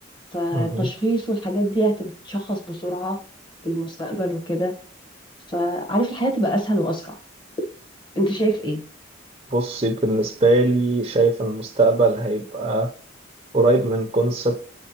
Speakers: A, on the left (about 25°); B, on the right (about 25°).
A: فالتشخيص
B: مهم.
A: والحاجات دي هتتشخص بسرعة في المستقبل وكده فعارف الحياة تبقى اسهل واسرع انت شايف ايه
B: بصي بالنسبة لي شايف إن المستقبل هيبقى قريب من كونسبت